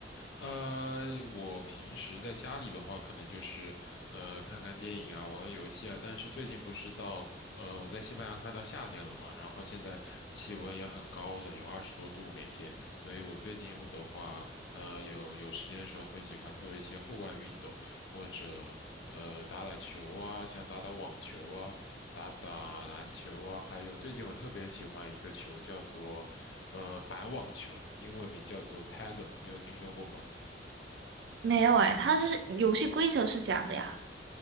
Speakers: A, on the left; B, on the right.
A: 呃，我平时在家里的话，可能就是呃看看电影啊，玩玩游戏啊。但是最近不是到呃我在西班牙快到夏天了嘛，然后现在气温也很高了，有二十多度每天，所以我最近的话，呃有有时间的时候会喜欢做一些户外运动，或者呃打打球啊，像打打网球啊，打打篮球啊，还有最近我特别喜欢一个球叫做呃板网球，英文名叫做 paddle，你有听说过吗？
B: 没有哎，它是游戏规则是这样的呀。